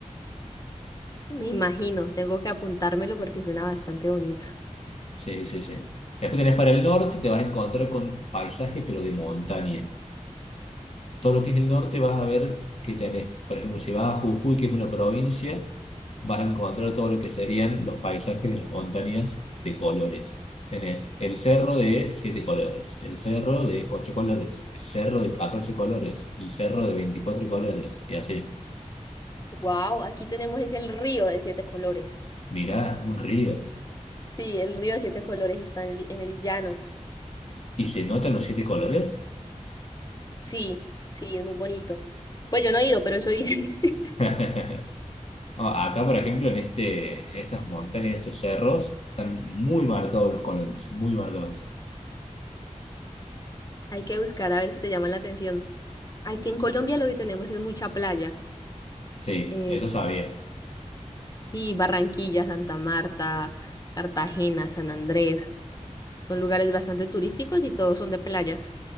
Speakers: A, on the left (about 30°); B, on the left (about 55°).
A: Me imagino, tengo que apuntármelo porque suena bastante bonito.
B: Sí, sí, sí. Después tenés para el norte, te vas a encontrar con paisaje, pero de montaña. Todo lo que es el norte vas a ver que tenés, por ejemplo, si vas a Jujuy, que es una provincia, vas a encontrar todo lo que serían los paisajes de las montañas de colores. Tenés el cerro de siete colores, el cerro de ocho colores, el cerro de 14 colores, el cerro de 24 colores, y así.
A: Wow, aquí tenemos es el río de siete colores.
B: Mirá, un río.
A: Sí, el río de siete colores está en, en el llano.
B: ¿Y se notan los siete colores?
A: Sí, sí, es muy bonito. Pues yo no he ido, pero eso dicen. <laughs>
B: <laughs> No, acá, por ejemplo, en este, en estas montañas, en estos cerros, están muy marcados los colores, muy marcados.
A: Hay que buscar a ver si te llaman la atención. Aquí en Colombia lo que tenemos es mucha playa.
B: Sí,
A: Eh,
B: eso sabía.
A: sí, Barranquilla, Santa Marta, Cartagena, San Andrés. Son lugares bastante turísticos y todos son de playas.